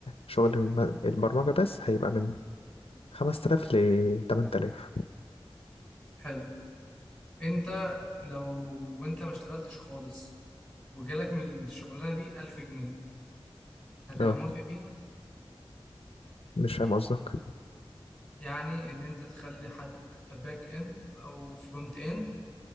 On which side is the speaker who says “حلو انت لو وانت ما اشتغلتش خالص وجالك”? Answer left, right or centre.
Centre